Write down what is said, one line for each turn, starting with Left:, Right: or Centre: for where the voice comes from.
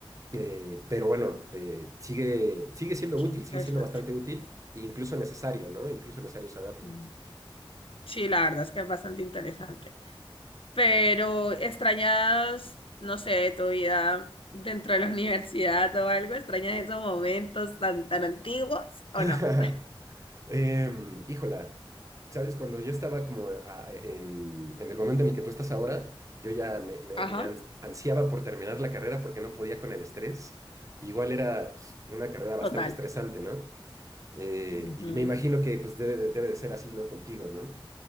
Right: eh, pero bueno, eh, sigue, sigue siendo
Left: qué
Right: útil,
Left: interesante.
Right: sigue siendo bastante útil, e incluso necesario, ¿no? Incluso necesario saberlo.
Left: Mm, Sí, la verdad es que es bastante interesante. Pero extrañas, no sé, de tu vida dentro de la universidad o algo, extrañas esos momentos tan, tan antiguos o
Right: <laughs>
Left: no.
Right: Em, híjola, ¿sabes? Cuando yo estaba como a- en, en el momento en el que tú estás ahora, yo ya me, me-
Left: Ajá,
Right: me ans- ansiaba por terminar la carrera porque no podía con el estrés. Igual era pues, una carrera bastante
Left: total.
Right: estresante, ¿no? Eh,
Left: Ujú.
Right: y me imagino que pues debe de, debe de ser así, ¿no? Contigo, ¿no?